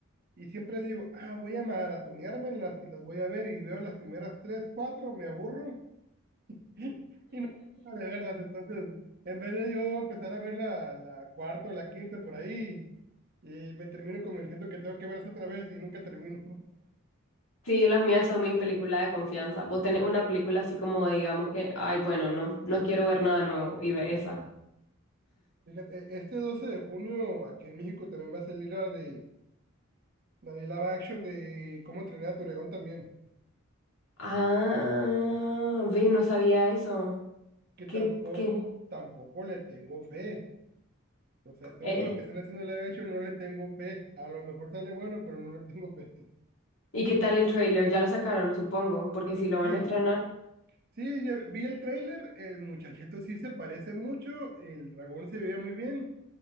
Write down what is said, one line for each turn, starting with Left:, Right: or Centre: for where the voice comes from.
Right: Y siempre digo, ah, voy a maratoneármelas y las voy a ver y veo las primeras tres, cuatro, me aburro <laughs> y no tengo de verlas. Entonces, en vez de yo empezar a ver la, la cuarta o la quinta por ahí, y me termino convenciendo que tengo que verlas otra vez y nunca termino.
Left: Sí, las mías son mi película de confianza. Vos tenés una película así como, digamos que, ay, bueno, no, no quiero ver nada nuevo, y ve esa.
Right: <laughs> Fíjate, e- este 12 de junio aquí en México también va a salir la de la de live action de cómo entrenar a tu dragón también,
Left: Ah, ve, no sabía eso.
Right: que tampoco,
Left: ¿Qué, qué?
Right: tampoco le tengo fe. O sea, todo
Left: Eh.
Right: lo que están haciendo en live action no le tengo fe. A lo mejor sale bueno, pero no le tengo fe. <laughs>
Left: ¿Y qué tal el trailer? Ya lo sacaron, supongo, porque si lo van
Right: Sí,
Left: a estrenar.
Right: sí, ya vi el tráiler, el muchachito sí se parece mucho, el dragón se veía muy bien,